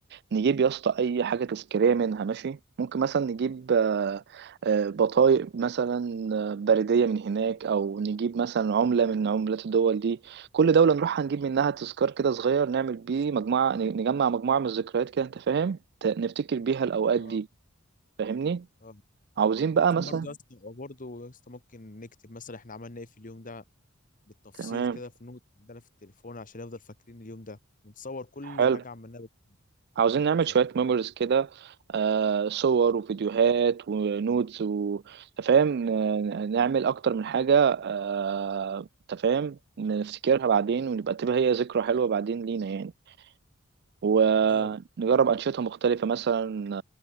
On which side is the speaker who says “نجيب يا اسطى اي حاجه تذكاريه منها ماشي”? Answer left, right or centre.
Right